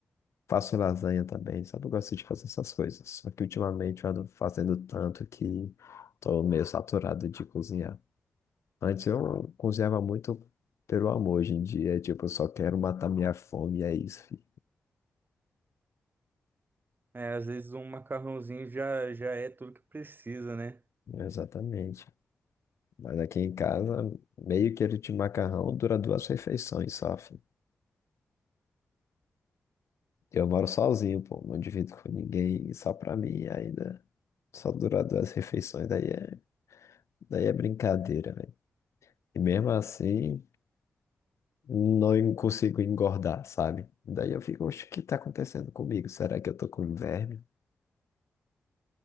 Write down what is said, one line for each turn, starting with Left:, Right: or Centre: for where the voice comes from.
Left: Faço lasanha também, sabe? Eu gosto de fazer essas coisas. Só que ultimamente eu ando fazendo tanto que tô meio saturado de cozinhar. Antes eu cozinhava muito pelo amor, hoje em dia, tipo, eu só quero matar minha fome, e é isso, filho.
Right: É, às vezes um macarrãozinho já, já é tudo que precisa, né?
Left: Exatamente. Mas aqui em casa, meio quilo de macarrão dura duas refeições só, filho. Eu moro sozinho, pô, não divido com ninguém, e só pra mim ainda. Só dura duas refeições, daí é, daí é brincadeira, velho. E mesmo assim, não en- consigo engordar, sabe? Daí eu fico, oxe, o que tá acontecendo comigo? Será que eu tô com verme?